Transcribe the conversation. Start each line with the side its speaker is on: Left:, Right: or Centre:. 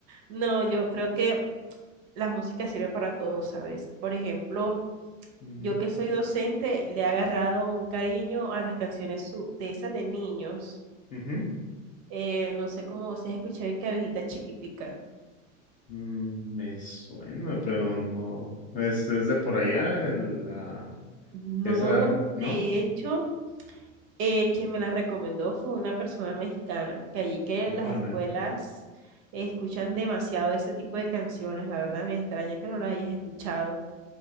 Right: No, yo creo que la música sirve para todo, ¿sabes? Por ejemplo...
Left: Ujú,
Right: yo que soy docente, le he agarrado un cariño a las canciones su- de esas de niños.
Left: ujú.
Right: Eh, no sé cómo se escuchado de Cabecita Chiquitica.
Left: Mm, Me suena, pero no. Es, es de por allá, el, ah,
Right: No,
Left: esa, ¿no?
Right: de hecho, eh, quien me la recomendó fue una persona mexicana, que allí que
Left: Vale.
Right: las escuelas escuchan demasiado ese tipo de canciones. La verdad me extraña que no las hayas escuchado.